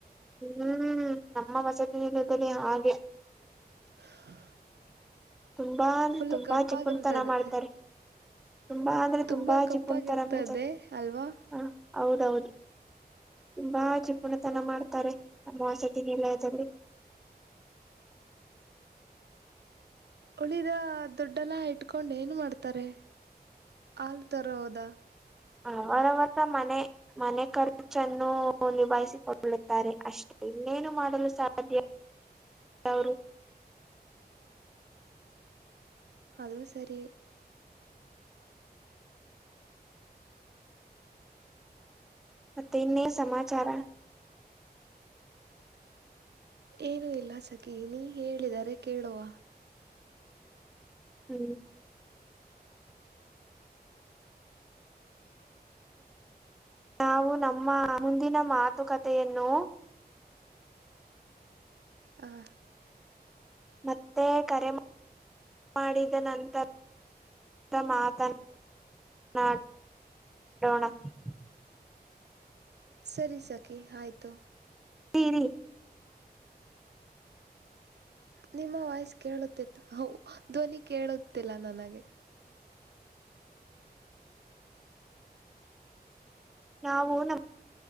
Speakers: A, in the centre; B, on the right.
A: ಹ್ಮ್ ನಮ್ಮ ವಸತಿ ನಿಲಯದಲ್ಲಿ ಹಾಗೆ.
B: <inaudible>
A: ತುಂಬಾ
B: ಫುಲ್ಲು
A: ತುಂಬಾ
B: ಕಪ್ಪಾಗಿರ್ತದೆ
A: ಚಿಪುಣತನ ಮಾಡ್ತಾರೆ. ತುಂಬಾ ಅಂದ್ರೆ
B: ತುಂಬ
A: ತುಂಬಾ
B: ಕಪ್ಪಾಗಿರ್ತದೆ
A: ಜಿಪುಣತನ ಮಾಡ್ತಾರೆ
B: ಅಲ್ವಾ
A: ಹ ಹೌದು ಹೌದು ತುಂಬಾ ಜಿಪುಣತನ ಮಾಡ್ತಾರೆ ನಮ್ಮ ವಸತಿ ನಿಲಯದಲ್ಲಿ.
B: ಉಳಿದ ದುಡ್ಡೆಲ್ಲ ಇಟ್ಕೊಂಡು ಏನು ಮಾಡ್ತಾರೆ ಹಾಲು ತರೊದಾ
A: ಅವರವರ ಮನೆ. ಮನೆ ಖರ್ಚನ್ನು ನಿಭಾಯಿಸಿಕೊಳ್ಳುತ್ತಾರೆ ಅಷ್ಟೇ ಇನ್ನೇನು ಮಾಡಲು ಸಾಧ್ಯ. ಅವರು
B: ಅದು ಸರಿ
A: ಮತ್ತೆ ಇನ್ನೇನ್ ಸಮಾಚಾರ
B: ಏನುೂ ಇಲ್ಲ ಸಖಿ ನೀ ಹೇಳಿದರೆ ಕೇಳುವ
A: ಹ್ಮ್ ನಾವು ನಮ್ಮ ಮುಂದಿನ ಮಾತುಕತೆಯನ್ನು
B: ಹಾಂ
A: ಮತ್ತೆ ಕರೆ ಮಾಡಿದ ನಂತರ ಇ ಮಾತನ್ ನ ನಡೋಣ <unintelligible>
B: ಸರಿ ಸಖಿ ಆಯಿತು
A: ತೀರಿ
B: ನಿಮ್ಮ ವಾಯ್ಸ್ ಕೇಳುತ್ತಿಲ್ಲ ಹ ಧ್ವನಿ ಕೇಳುತ್ತಿಲ್ಲ ನನಗೆ
A: ನಾವು ನಮ್ಮ